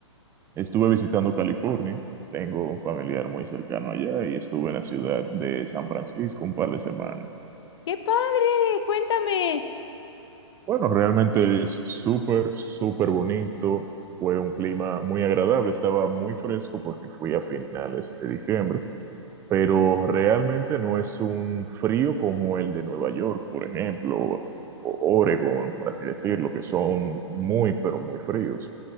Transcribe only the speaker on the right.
estuve visitando California. Tengo un familiar muy cercano allá y estuve en la ciudad de San Francisco un par de semanas.
Bueno, realmente es súper, súper bonito. Fue un clima muy agradable, estaba muy fresco porque fui a finales de diciembre, pero realmente no es un frío como el de Nueva York, por ejemplo, o o Oregon, por así decirlo, que son muy, pero muy fríos